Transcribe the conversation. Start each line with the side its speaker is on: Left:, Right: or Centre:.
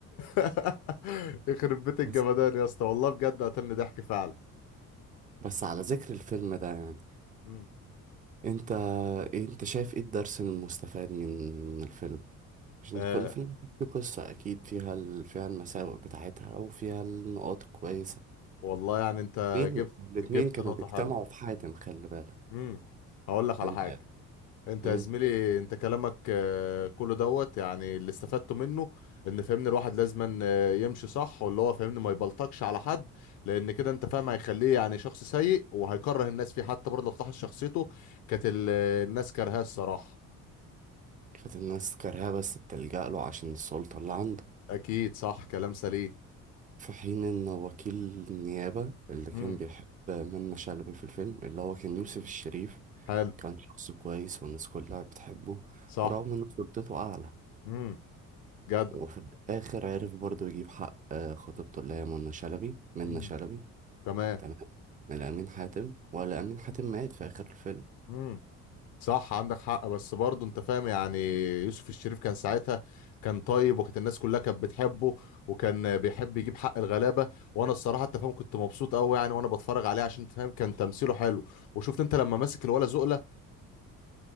Left: <laughs> يخرب بيت الجمدان
Right: <laughs>
Left: يا اسطى والله بجد قتلني ضحك فعلا
Right: بس على ذكر الفيلم ده يعني
Left: مم.
Right: انت إيه- انت شايف ايه الدرس المستفاد من من الفيلم عشان
Left: آه
Right: كل فيلم فيه قصة اكيد فيها ال... فيها المساوئ بتاعتها او فيها النقاط الكويسة
Left: والله يعني انت
Right: الاتنين
Left: جبت
Right: الاتنين
Left: جبت
Right: كانوا
Left: نقطة
Right: بيجتمعوا
Left: حلوة
Right: في حاتم خلي بالك
Left: امم هقول لك على
Right: فانت
Left: حاجة انت
Right: مم.
Left: يا زميلي انت كلامك آه، كله دوت يعني اللي استفدته منه ان فاهمني الواحد لازم يمشي صح واللي هو فاهمني ما يبلطجش على حد لان كده انت فاهم هيخليه يعني شخص سيء وهيكره الناس فيه حتى برضه لو تلاحظ شخصيته كانت ال- آه، الناس كارهاه الصراحة
Right: كانت الناس كارهاه بس بتلجأ له عشان السلطة اللي عنده
Left: اكيد صح كلام سليم
Right: في حين ان وكيل النيابة اللي كان
Left: امم
Right: بيحب منة شلبي في الفيلم اللي هو كان يوسف الشريف
Left: حلو
Right: كان شخص كويس والناس كلها بتحبه
Left: صح
Right: رغم ان سلطته اعلى
Left: امم جدع
Right: وفي الآخر عرف برضو يجيب حق آه، خطيبته اللي هي منى شلبي منى
Left: امم
Right: شلبي
Left: تمام
Right: تمام من أمين حاتم ولا أمين حاتم مات في آخر الفيلم
Left: مم. صح عندك حق بس برضه انت فاهم يعني يوسف الشريف كان ساعتها كان طيب وكانت الناس كلها كانت بتحبه وكان بيحب يجيب حق الغلابه وانا الصراحه انت فاهم كنت مبسوط قوي يعني وانا بتفرج عليه عشان انت فاهم كان تمثيله حلو وشفت انت لما ماسك الولا زقله